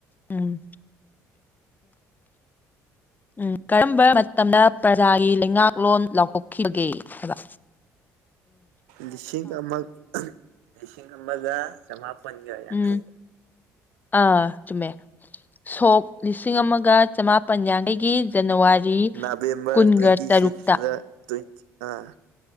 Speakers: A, on the left; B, on the right.
A: ꯎꯝ ꯎꯝ ꯀꯔꯝꯕ ꯃꯇꯝꯗ ꯄ꯭ꯔꯖꯥꯒꯤ ꯂꯩꯉꯥꯛꯂꯣꯟ ꯂꯥꯎꯊꯣꯛꯈꯤꯕꯒꯦ ꯑꯗ
B: ꯂꯤꯁꯤꯡ ꯑꯃ ꯂꯤꯁꯤꯡ ꯑꯃꯒ ꯆꯃꯥꯄꯟꯒ ꯌꯥꯡꯈꯩꯗ
A: ꯎꯝ ꯑꯥ ꯆꯨꯝꯃꯦ ꯁꯣꯛ ꯂꯤꯁꯤꯡ ꯑꯃꯒ ꯆꯃꯥꯄꯟ ꯌꯥꯡꯈꯩꯒꯤ ꯖꯅꯋꯥꯔꯤ
B: ꯅꯕꯦꯝꯕꯔ
A: ꯀꯨꯟꯒ
B: ꯇ꯭ꯋꯦꯟꯇꯤ
A: ꯇꯔꯨꯛꯇ
B: ꯁꯤꯛꯁꯇ ꯇ꯭ꯋꯦꯟ ꯑꯥ